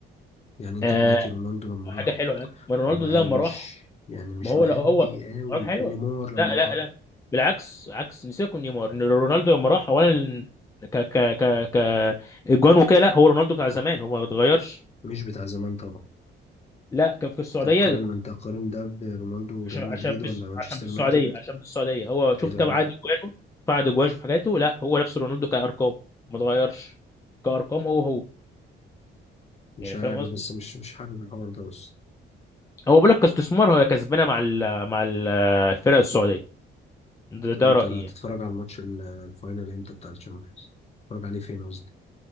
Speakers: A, on the left (about 30°); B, on the left (about 15°).
A: يعني انت
B: آه
A: دلوقتي رونالدو لما
B: حاجه
A: راح
B: حلوه يعني. ما رونالدو
A: هو يعني
B: ده لما
A: مش
B: راح
A: يعني مش
B: ما هو
A: مأدي
B: لا هو
A: قوي
B: حاجه حلوه
A: ونيمار لما
B: لا
A: راح
B: لا لا بالعكس عكس نسيبكم نيمار إن رونالدو لما راح اولا ك ك ك ك اجوان وكده لا هو رونالدو بتاع زمان هو ما اتغيرش
A: مش بتاع زمان طبعا
B: لا كان في السعوديه
A: تقارن انت تقارن ده برونالدو وريال
B: عشان عشان
A: مدريد
B: في
A: ولا
B: الس-
A: مانشستر
B: عشان في
A: يونايتد
B: السعوديه عشان في السعوديه هو شوف
A: ايه العلاقة
B: كم عدد اجوانه فعد اجوانه شوف حاجاته لا هو نفس رونالدو كارقام ما اتغيرش كارقام هو هو
A: مش
B: يعني
A: عارف
B: فاهم قصدي
A: بس مش مش حابب الحوار ده بس
B: هو بيقول لك كاستثمار هي كسبانه مع ال مع ال الفرق السعوديه ده,
A: طب
B: ده
A: انت
B: رايي يعني
A: تتفرج على الماتش ال- الفاينل امتى بتاع الشامبيونز تتفرج عليه فين قصدي